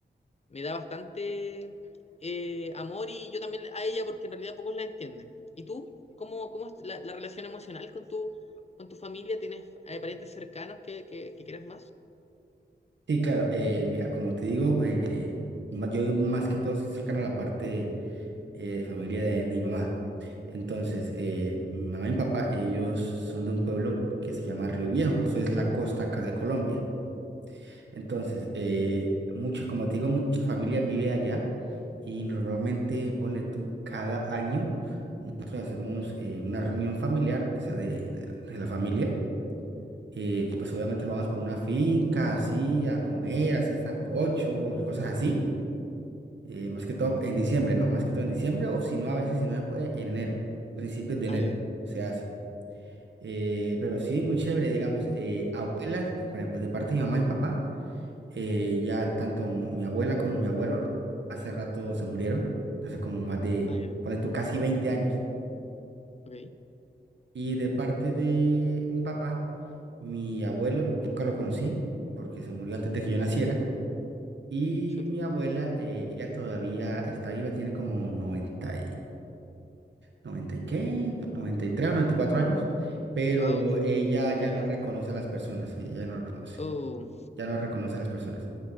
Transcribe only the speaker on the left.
me da bastante eh, amor y yo también a ella porque en realidad pocos la entienden. ¿Y tú? ¿Cómo, cómo es la, la relación emocional con tu, con tu familia? ¿Tienes eh, parientes cercanos que, que, que quieras más?
Ah, ya,
ah, ya,
ok,
chuta.
Wow, tiene,
tiene
buena
edad.
Oh,